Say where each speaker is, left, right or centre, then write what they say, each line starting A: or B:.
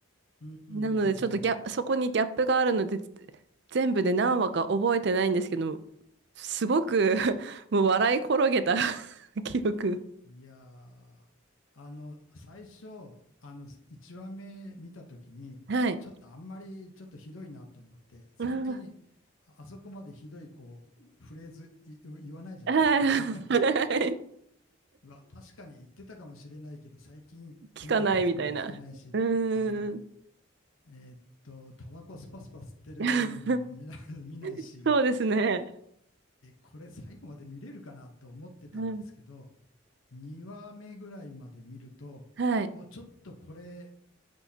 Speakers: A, on the left (about 90°); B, on the right (about 55°).
A: うん、うん、
B: なので、
A: うん、う
B: ちょっとギャ、
A: ん
B: そこにギャップがあるので、全部で何話か覚えてないんですけども、すごく <laughs> もう笑い転げた <laughs> 記憶。
A: いやー、あの、最初、あの、1話目見たときに、
B: はい。
A: ちょっとあんまり、ちょっとひどいなと思って、最近、
B: うん
A: ああそこまでひどい、こう、フレーズい言わないじゃないですか。
B: はい。
A: <laughs> うわ、確かに言ってたかもしれないけど、最近、
B: <laughs> 聞かないみたいな。
A: こんなテレビで聞かないし、
B: うーん。
A: あの、えーっと、タバコスパスパ吸ってるのも見な、
B: <laughs>
A: <laughs> 見ないし、
B: そうですね。
A: え、これ最後まで見れるかなと思ってたんですけど、
B: うん
A: 2話目ぐらいまで見ると、
B: はい。
A: お、ちょっとこれ、